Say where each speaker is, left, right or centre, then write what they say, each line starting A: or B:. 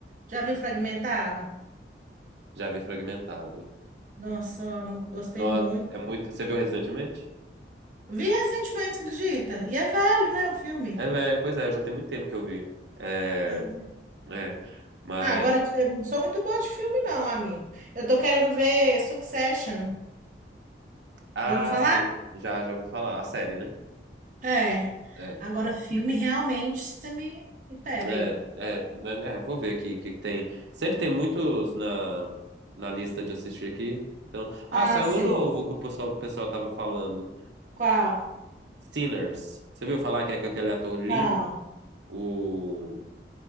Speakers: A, on the right; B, on the right.
A: Já viu Fragmentado?
B: Já vi Fragmentado.
A: Nossa, amo, gostei
B: Não,
A: muito.
B: é muito, você viu recentemente?
A: Vi recentemente, acredita? E é velho, né, o filme?
B: É velho, pois é, já tem muito tempo que eu vi. É,
A: É.
B: é. Mas
A: Ah, agora eu não sou muito boa de filme, não, amigo. Eu tô querendo ver Succession.
B: Ah,
A: Já ouviu falar?
B: sim, já, já ouvi falar. A série, né?
A: É.
B: É,
A: Agora, filme realmente você me, me pega
B: é,
A: aí.
B: é, né, é, vou ver aqui o que que tem. Sempre tem muitos na, na lista de assistir aqui. Então, ah,
A: Ah,
B: saiu
A: sei.
B: um novo que o pessoal, o pessoal tava falando.
A: Qual?
B: Sinners. Você viu falar que é com aquele ator lindo?
A: Não.
B: O.